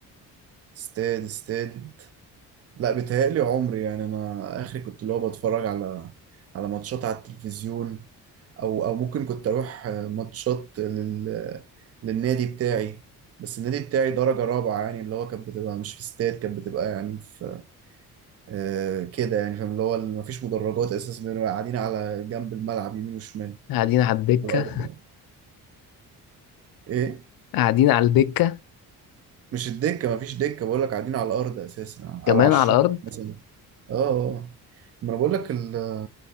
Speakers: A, on the right; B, on the left.
A: استاد استاد لا بيتهيألي عمري يعني أنا آخري كنت اللي هو بتفرج على على ماتشات على التلفزيون او او ممكن كنت اروح ماتشات لل للنادي بتاعي بس النادي بتاعي درجة رابعة يعني اللي هو كانت بتبقى مش في استاد كانت بتبقى يعني في آه كده يعني فاهم اللي هو ما فيش مدرجات اساسا بنبقى قاعدين على جنب الملعب يمين وشمال
B: قاعدين على الدكة
A: على الارض يعني. ايه
B: قاعدين على الدكة
A: مش الدكة ما فيش دكة بقول لك قاعدين على الارض اساسا
B: كمان
A: او على الشط
B: على الأرض
A: مثلا اه آه. آه. ما انا بقول لك ال-